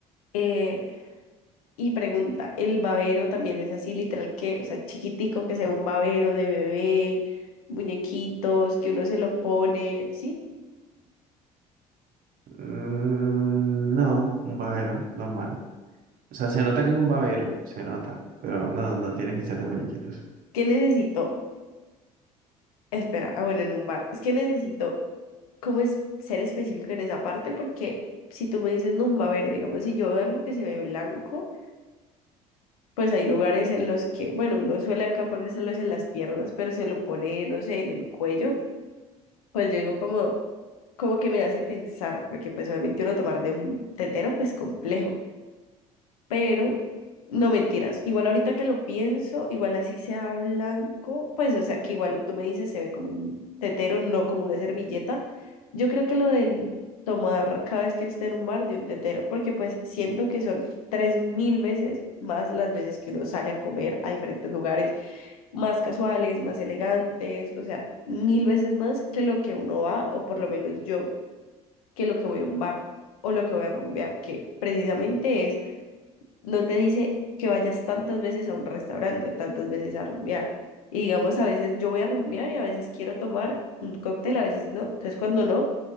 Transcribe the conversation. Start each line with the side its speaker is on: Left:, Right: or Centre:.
Left: eh, y pregunta, ¿el babero también es así, literal que, o sea, chiquitico, que sea un babero de bebé, muñequitos, que uno se lo pone, ¿sí?
Right: Mm, no, un babero, normal. O sea, se nota que es un babero, se nota. Pero no, no tiene que ser de muñequitos.
Left: ¿Qué necesito? Espera, ah, bueno, en un bar. Es que necesito, ¿cómo es ser específico en esa parte? Porque si tú me dices, no, un babero, digamos, si yo veo algo que se ve blanco, pues hay lugares en los que, bueno, uno suele acá ponérselos en las piernas, pero se lo pone, no sé, en el cuello, pues llego como, como que me hace pensar, porque pues obviamente uno tomar de un tetero, pues complejo pero no mentiras. Igual ahorita que lo pienso, igual así sea blanco, pues o sea que igual tú me dices se ve como un tetero, no como una servilleta. Yo creo que lo del tomar cada vez que esté en un bar de un tetero, porque pues siento que son tres mil veces más las veces que uno sale a comer a diferentes lugares, más casuales, más elegantes, o sea, mil veces más que lo que uno va, o por lo menos yo, que lo que voy a un bar o lo que voy a rumbear, que precisamente es no te dice que vayas tantas veces a un restaurante o tantas veces a rumbear. Y digamos, a veces yo voy a rumbear y a veces quiero tomar un cóctel, a veces no. Entonces, cuando no